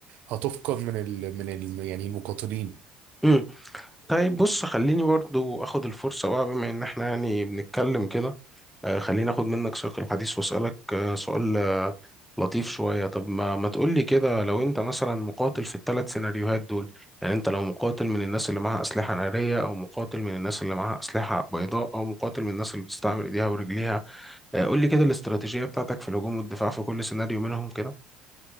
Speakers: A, on the right; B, in the centre.
A: هتفقد من ال... من ال... يعني المقاتلين
B: مم. طيب بص خليني برضو أخد الفرصة بقى بما إن إحنا يعني بنتكلم كده آه، خليني اخد منك سياق الحديث واسالك آه، سؤال آه، لطيف شويه طب ما ما تقول لي كده لو انت مثلا مقاتل في الثلاث سيناريوهات دول يعني انت لو مقاتل من الناس اللي معاها اسلحه ناريه او مقاتل من الناس اللي معاها اسلحه بيضاء او مقاتل من الناس اللي بتستعمل ايديها ورجليها آه، قول لي كده الاستراتيجيه بتاعتك في الهجوم والدفاع في كل سيناريو منهم كده